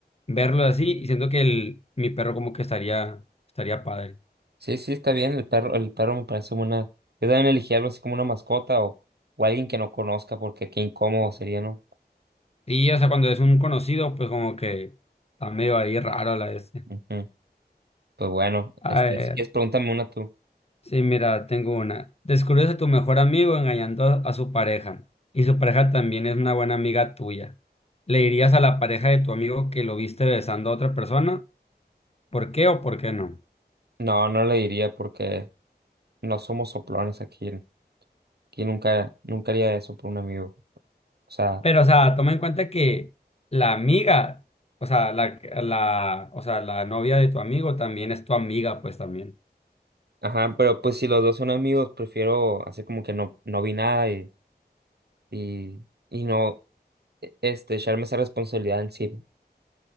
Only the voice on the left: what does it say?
verlo así, y siento que el, mi perro como que estaría, estaría padre.
Y, o sea, cuando es un conocido, pues como que está medio ahí raro la este.
A
ver,
sí, mira, tengo una. Descubres a tu mejor amigo engañando a, a su pareja, y su pareja también es una buena amiga tuya. ¿Le dirías a la pareja de tu amigo que lo viste besando a otra persona? ¿Por qué o por qué no?
Pero, o sea, toma en cuenta que la amiga, o sea, la, la, o sea, la novia de tu amigo también es tu amiga, pues también.